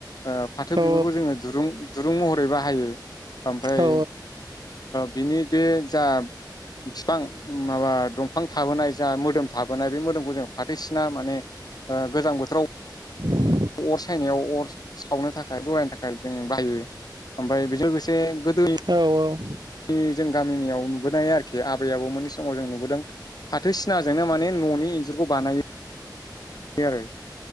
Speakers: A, on the left (about 55°); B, on the right (about 65°).
A: फाथो
B: औ
A: बिगुरखौ जोङो दुं दुरुं महरै बोरै बाहायो ओमफ्राय
B: औ
A: बिनि बे जा बिफां माबा दंफां थाबोनाय जा मोदोम थाबोनाय बे मोदोमखौ जों फाथैसिना माने गोजां बोथोराव
B: <inaudible>
A: अर सायनायाव अर सावनो थाखाय जरायनो थाखाय जों बाहायो ओमफ्राय बेजों लोगोसे गोदो
B: औ औ
A: जों गामिनियाव नुबोनाय आरोखि आबैाबो मोनै समाव जों नुबोदों फाथो सिनाजोंनो माने न'नि इन्जुरखौ बानायो बे आरो